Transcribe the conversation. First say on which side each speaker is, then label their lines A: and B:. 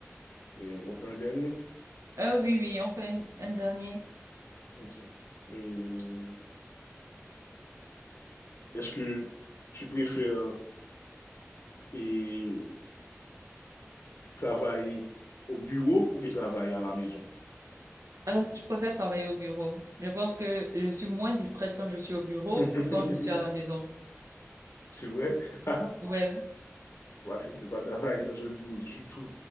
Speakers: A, on the left; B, on the right.
A: Et on fait un dernier.
B: Euh, oui, oui, enfin un, un dernier.
A: OK. Et est-ce que tu préfères et travailler au bureau ou bien travailler à la maison?
B: Euh, je préfère travailler au bureau. Je pense que je suis moins distraite quand je suis au bureau
A: <laughs>
B: que quand je suis à la maison.
A: C'est vrai? <laughs>
B: Ouais.
A: Moi, je ne peux pas travailler dans un bureau du tout.